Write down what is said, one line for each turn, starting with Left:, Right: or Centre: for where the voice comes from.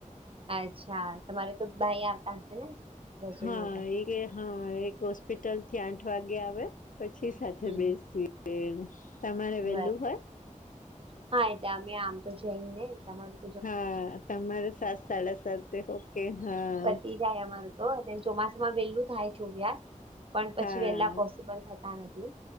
Right: અચ્છા તમારે તો ભાઈ આવતા હશે ને? રસોઈ
Left: હા
Right: માટે
Left: એ હા એ હોસ્પિટલ થી આઠ વાગે આવે પછી સાથે
Right: હમ
Left: બેસીએ તમારે વેલું
Right: બર
Left: હોય?
Right: હા એ અમે આમ તો જઈ ને તમારું?
Left: હા તમારે સાત સાડા સાતે ઓકે હા.
Right: પતી જાય અમાર તો ચોમાસામાં વેલું થાય ચોવ્યા પણ પછી
Left: હા
Right: વેહેલા પોસિબલ થતા નથી